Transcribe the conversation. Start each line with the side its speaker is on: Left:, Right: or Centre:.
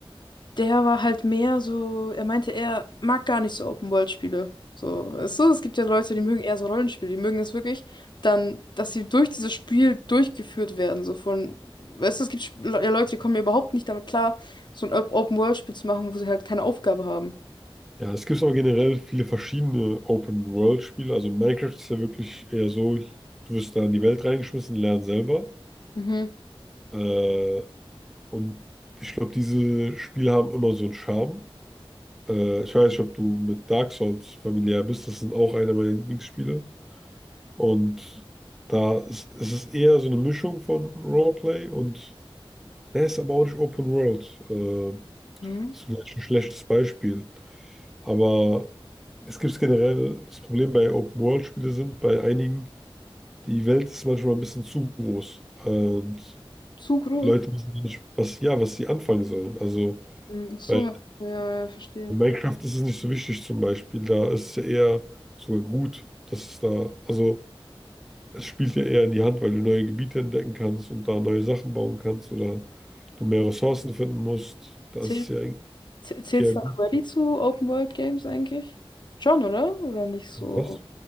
Left: Der war halt mehr so, er meinte, er mag gar nicht so Open-World-Spiele. So, weißt du, es gibt ja Leute, die mögen eher so Rollenspiele, die mögen es wirklich dann, dass sie durch dieses Spiel durchgeführt werden, so von, weißt du, es gibt Sp- ja Leute, die kommen ja überhaupt nicht damit klar, so ein Op- Open-World-Spiel zu machen, wo sie halt keine Aufgabe haben.
Centre: ja, es gibt aber generell viele verschiedene Open-World-Spiele. Also Minecraft ist ja wirklich eher so, du wirst da in die Welt reingeschmissen, lern selber.
Left: Mhm.
Centre: Äh, und ich glaube, diese Spiele haben immer so einen Charme. Äh, ich weiß nicht, ob du mit Dark Souls familiär bist. Das sind auch einer meiner Lieblingsspiele. Und da ist, es ist eher so eine Mischung von Roleplay und der ist aber auch nicht Open World. Äh,
Left: Mhm.
Centre: ist vielleicht ein schlechtes Beispiel. Aber es gibt generell das Problem bei Open World Spiele sind, bei einigen, die Welt ist manchmal ein bisschen zu groß. Und
Left: Zu groß.
Centre: Leute wissen nicht, was, ja, was sie anfangen sollen. Also,
Left: Mhm. Ach So,
Centre: weil
Left: ja, ja, ja, verstehe.
Centre: In Minecraft ist es nicht so wichtig zum Beispiel. Da ist es ja eher sogar gut, dass es da, also es spielt ja eher in die Hand, weil du neue Gebiete entdecken kannst und da neue Sachen bauen kannst oder du mehr Ressourcen finden musst. Da
Left: Zähl,
Centre: ist es ja eigentlich
Left: zäh- zählt
Centre: eher
Left: Stardew
Centre: gut.
Left: Valley zu Open-World-Games eigentlich? Schon, oder? Oder nicht so?
Centre: Was?